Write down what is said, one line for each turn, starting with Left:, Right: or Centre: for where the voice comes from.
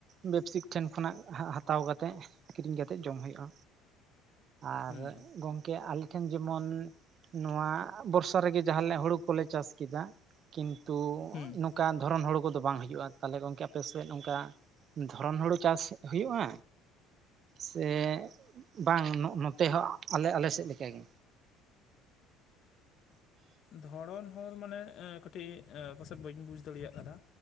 Right: ᱵᱮᱯᱥᱤᱠ ᱴᱷᱮᱱ ᱠᱷᱚᱱᱟᱜ ᱦᱟ ᱦᱟᱛᱟᱣ ᱠᱟᱛᱮᱫ ᱠᱤᱨᱤᱧ ᱠᱟᱛᱮᱜ ᱡᱚᱢ ᱦᱩᱭᱩᱜᱼᱟ᱾ ᱟᱨ
Left: ᱦᱮᱸ
Right: ᱜᱚᱝᱠᱮ ᱟᱞᱮ ᱴᱷᱮᱱ ᱡᱮᱢᱚᱱ ᱱᱚᱣᱟ ᱵᱚᱨᱥᱟ ᱨᱮᱜᱮ ᱡᱟᱦᱟᱸ ᱦᱩᱲᱩ ᱠᱚᱞᱮ ᱪᱟᱥ ᱠᱮᱫᱟ᱾ ᱠᱤᱱᱛᱩ,
Left: ᱦᱩᱸ
Right: ᱚᱱᱠᱟ ᱫᱷᱚᱨᱚᱱ ᱦᱚᱲ ᱠᱚᱫᱚ ᱵᱟᱝ ᱦᱩᱭᱩᱜᱤᱡᱩᱜᱼᱟ ᱛᱟᱞᱦᱮ ᱜᱚᱝᱠᱮ ᱟᱯᱮᱥᱮᱫ ᱚᱱᱠᱟ ᱫᱷᱚᱨᱚᱱ ᱦᱩᱲᱩ ᱪᱟᱥ ᱦᱩᱭᱩᱜᱼᱟ? ᱥᱮ ᱵᱟᱝ ᱱᱚᱜ ᱱᱚᱛᱮ ᱦᱚᱸ ᱟᱞᱮ ᱟᱞᱮ ᱥᱮᱫ ᱞᱮᱠᱟ ᱜᱮ?
Left: ᱫᱷᱚᱨᱚᱱ ᱦᱚᱲ ᱢᱟᱱᱮ ᱠᱟᱹᱴᱤᱡ ᱯᱟᱥᱮᱡ ᱵᱟᱹᱧ ᱵᱩᱡᱽ ᱫᱟᱲᱮᱭᱟᱜ ᱟᱠᱟᱫᱟ